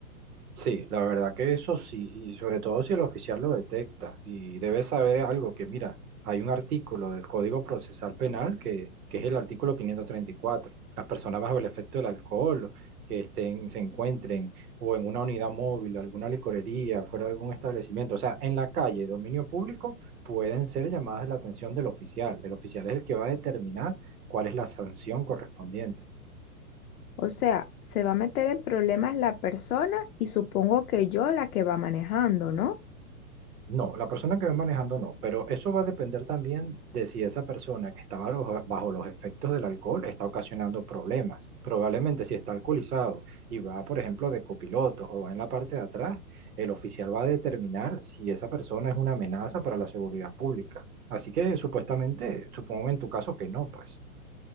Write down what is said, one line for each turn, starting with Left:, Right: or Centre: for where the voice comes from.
Right: Sí, la verdad que eso sí, y sobre todo si el oficial lo detecta y debe saber algo que, mira, hay un artículo del Código Procesal Penal que, que es el artículo quinientos treinta y cuatro Las personas bajo el efecto del alcohol que estén, se encuentren o en una unidad móvil, alguna licorería, fuera de algún establecimiento, o sea, en la calle, dominio público, pueden ser llamadas la atención del oficial. El oficial es el que va a determinar cuál es la sanción correspondiente.
Left: O sea, se va a meter en problemas la persona y supongo que yo la que va manejando, ¿no?
Right: No, la persona que va manejando no, pero eso va a depender también de si esa persona que está bajo, bajo los efectos del alcohol está ocasionando problemas. Probablemente si está alcoholizado y va, por ejemplo, de copiloto o va en la parte de atrás, el oficial va a determinar si esa persona es una amenaza para la seguridad pública. Así que supuestamente, supongo en tu caso que no, pues.